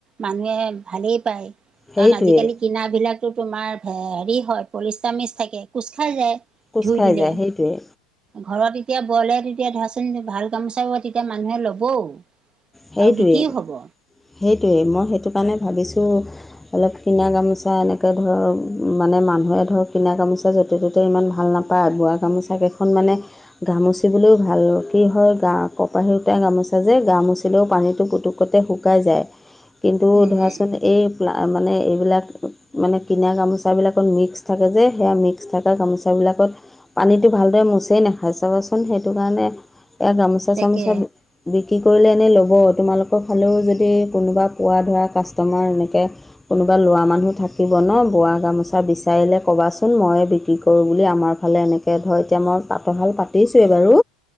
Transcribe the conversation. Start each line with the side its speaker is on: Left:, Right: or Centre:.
Right: মানুহে ভালেই পায়।
Centre: সেইটোৱেই
Right: কাৰণ আজিকালি কিনা বিলাকতো তোমাৰ হেৰি হয় পলিষ্টা মিচ থাকে। কোচ খাই যায়
Centre: কোচ
Right: ধুই
Centre: খাই
Right: দিলে।
Centre: যায় সেইটোৱেই
Right: ঘৰত এতিয়া বলে তেতিয়া ধৰাচোন ভাল কামো চাব তেতিয়া মানুহে ল'বও।
Centre: সেইটোৱেই
Right: আৰু বিকিও হব।
Centre: সেইটোৱেই মই সেইটো কাৰণে ভাবিছো অলপ কিনা গামোচা এনেকৈ ধৰক মানে মানুহে ধৰক কিনা গামোচা য'তে ত'তে ইমান ভাল না পায় বোৱা গামোচা কেইখন মানে গা মোচিবলৈও ভাল কি হয় গা কপাহী গোটাই গামোচা যে গা মোচিলেও পানীতো পুতুকতে শু শকাই যায় কিন্তু
Right: উম।
Centre: ধৰাচোন এই পেলায় মানে এইবিলাক মানে কিনা গামোচা বিলাকত মিক্স থাকে যে সেয়া মিক্স থকা গামোচা বিলাকত পানীতো ভালদৰে মোচেই নাখাই চাবচোন সেইটো কাৰণে এয়া গামোচা চা
Right: তাকে
Centre: চামোচা বিক্ৰী কৰিলে এনেই ল'ব। তোমালোকৰ ফালেও যদি। যদি কোনোবা পোৱা ধৰা কাষ্টমাৰ এনেকে কোনোবা লৰা মানুহ থাকিব ন বোৱা গামোচা বিচাৰিলে ক'বাচোন, ময়ে বৃকি কৰোঁ বুলি আমাৰ ফালে এনেকৈ ধৰ এতিয়া মই পাতৰশাল পাতিছোঁৱেই বাৰু।